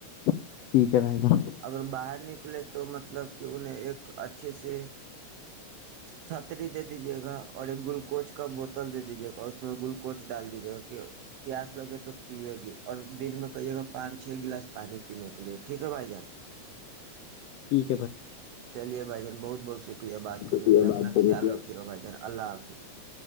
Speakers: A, on the left; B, on the right.
A: <unintelligible> <inaudible>
B: اگر باہر تو مطلب کہ انہیں ایک اچھے سے چھتری دے دیجیے گا اورنگ گل کوچ کا بوتل دے دیجیے گا اس میں گل کوچ ڈال دیجیے گا کہ پیاس لگے تو پیے گی اور دل میں کہیے گا پانچ چھ گلاس پانی ٹھیک ہے بھائی جان
A: <unintelligible> <inaudible>
B: چلیے بھائی جان بہت بہت شکریہ بات کرنے
A: شکریہ،
B: کے لیے
A: بات
B: اپنا
A: کرنے
B: خیال
A: کے لیے۔
B: رکھیے گا بھائی جان اللہ حافظ <unintelligible>